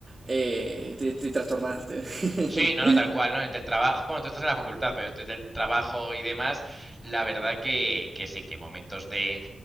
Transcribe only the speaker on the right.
eh, te, te trastornaste.
<laughs>